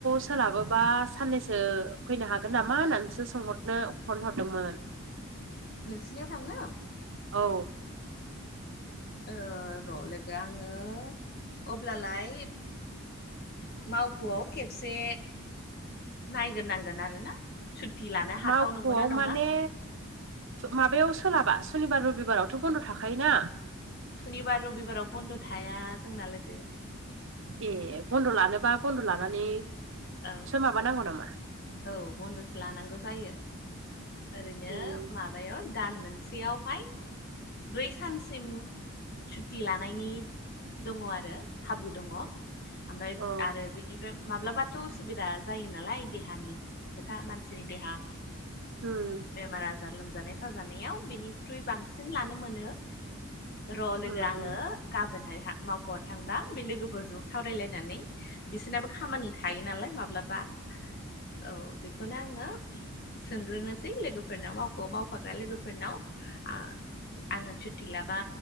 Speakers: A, on the right (about 60°); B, on the left (about 50°).
A: सोलाबोबा साननैसो फैनो हागोन नामा होननानैसो सोंहरनो फन हरदोंमोन
B: नोंसिनियाव थांनो
A: औ
B: ओ र' लोगो आङो अब्लालाय माव ख'आव खेबसे नायग्रो नांगोन आरो ना सुत्ति लानो
A: मावख'आव
B: हाथाव नंगौना नङा
A: माने माबायाव सोलाबा सनिबार रबिबारावथ' बन्द' थाखायोना
B: खुनिबार रबिबाराव बन्द' थाया जोंना लोगो
A: ए बन्द' लानोबा बन्द' लानानै
B: औ
A: सो माबानांगौ नामा
B: औ बन्द'सो लानांगौ जायो ओरैनो
A: उम
B: मा बायाव दान मोनसेयावहाय ब्रै सानसिम सुत्ति लानायनि दङ' आरो खाबु दङ' आमफाय
A: अ
B: आरो बिनिफ्राय माब्लाबाथ' उसुबिदा जायो नालाय बे हानि खोथा मानसिनि देहा
A: उम
B: बेमार आजार लोमजानाय साजानायाव बेनिख्रुइ बांसिन लानो मोनो र' लोगो
A: उम
B: आङो
A: उम
B: गाबोनहायहा मावख'आव थांब्ला बे लोगोफोरजों सावरायलायनानै बिसोरनाबो खामानि थायो नालाय माब्लाबा औ बेखौनो आङो सोंग्रोनोसै लोगोफोरनाव मावख'आव मावफाग्रा लोगोफोरनाव आ आङो सुत्ति लाबा